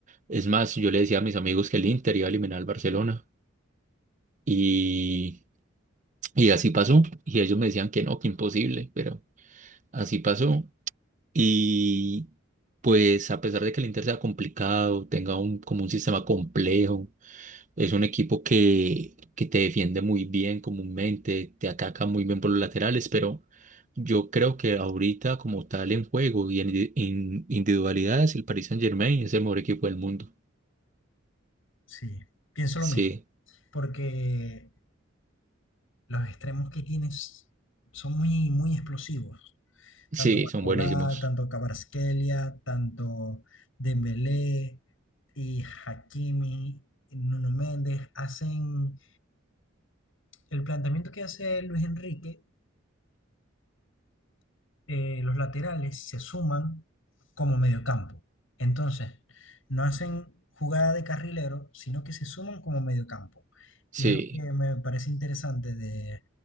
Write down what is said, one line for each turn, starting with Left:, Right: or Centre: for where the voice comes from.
Right: Es más, yo le decía a mis amigos que el Inter iba a eliminar al Barcelona y, y así pasó. Y ellos me decían que no, que imposible, pero así pasó. Y pues a pesar de que el Inter sea complicado, tenga un, como un sistema complejo, es un equipo que, que te defiende muy bien comúnmente, te ataca muy bien por los laterales, pero yo creo que ahorita como tal en juego y en, indi- en individualidades, el Paris Saint-Germain es el mejor equipo del mundo.
Left: Sí, pienso
Right: Sí,
Left: lo mismo, porque los extremos que tienes son muy, muy explosivos.
Right: sí,
Left: tanto Barcolá,
Right: son buenísimos.
Left: tanto Kvaratskhelia, tanto Dembélé y Hakimi, Nuno Méndez, hacen el planteamiento que hace Luis Enrique, eh, los laterales se suman como mediocampo. Entonces, no hacen jugada de carrilero, sino que se suman como mediocampo.
Right: Sí,
Left: Y es lo que me parece interesante de,